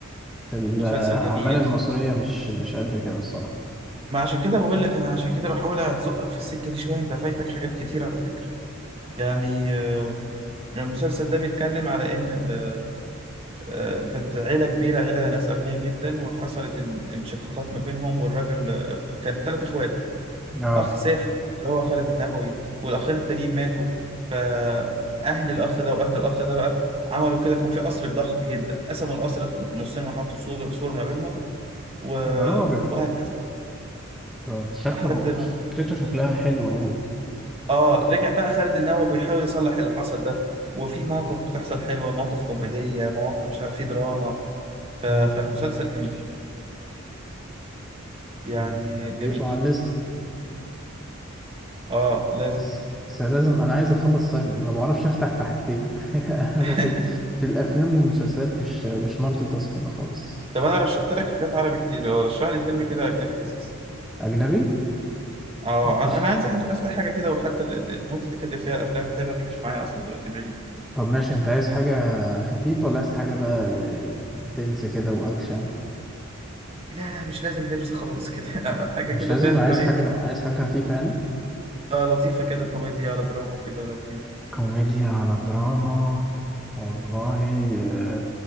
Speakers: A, in the centre; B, on the right.
A: في الاعمال
B: مسلسل جميل
A: المصرية مش مش قد كده الصراحة
B: ما عشان كده بقول لك انا عشان كده بحاول ازقك في السكه دي شويه انت فايتك حاجات كتير على فكره يعني آه، المسلسل ده بيتكلم على ان ال- آه، كانت عيله كبيره عيله ناس اغنياء جدا وحصلت ان- انشقاقات ما بينهم والراجل آه، كان ثلاث اخوات
A: اه
B: اخ سافر اللي هو خالد النبوي والاخين التانيين ماتوا فاهل الاخ ده واهل الاخ ده بقى عملوا كده كان في قصر ضخم جدا قسموا القصر في نصين وحطوا سور سور ما بينهم و...
A: يا راجل
B: وهكذا بقى
A: ده شكله
B: لحد ما
A: فكرته شكلها حلو أوي
B: اه رجع بقى خالد النبوي بيحاول يصلح اللي حصل ده وفي مواقف بتحصل حلوة مواقف كوميدية مواقف مش عارف في دراما ف... فالمسلسل
A: مم.
B: جميل يعني
A: مم. أضيفه
B: جميل
A: على الليست
B: اه لازم
A: بس
B: تضيفه
A: بس لازم أنا عايز أخلص سايلنت ما بعرفش أفتح في حاجتين <laughs> أنا
B: <laughs>
A: في في الأفلام والمسلسلات مش مش مالتي تاسكينج خالص
B: طب انا رشحت لك حاجات عربي كتير آه، رشح لي فيلم كده اجنبي لذيذ
A: أجنبي
B: اه
A: مفيش
B: انا عايز افتح حاجه كده وحتى ال- ال- النوت اللي كاتب فيها الافلام الحلوه دي مش معايا اصلا دلوقتي بعيده
A: طب ماشي أنت عايز حاجة خفيفة ولا عايز حاجة بقى تنس كده وأكشن
B: لا لا مش لازم دبس خالص كده <laughs> حاجه
A: مش
B: كده
A: لازم
B: فاهم
A: عايز
B: اللي هو ايه
A: حاجة عايز حاجة خفيفة يعني
B: اه لطيفه كده كوميديا على دراما كده لو في
A: كوميديا على دراما والله آه،